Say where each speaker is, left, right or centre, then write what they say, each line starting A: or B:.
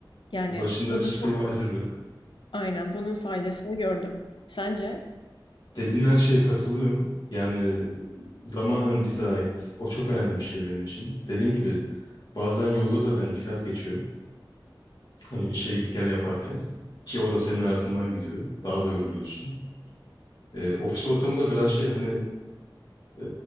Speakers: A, on the left; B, on the left.
A: Yani
B: Başında
A: bunun
B: bir supervisor
A: çok
B: yok.
A: aynen bunun faydasını gördüm. Sence?
B: Dediğin her şeye katılıyorum. Yani zaman hani bize ait. O çok önemli bir şey benim için. Dediğin gibi bazen yolda zaten iki saat geçiyor. Hani işe git gel yaparken. Ki o da senin hayatından gidiyor. Daha da yoruluyorsun. E, ofis ortamı da biraz şey hani Ee,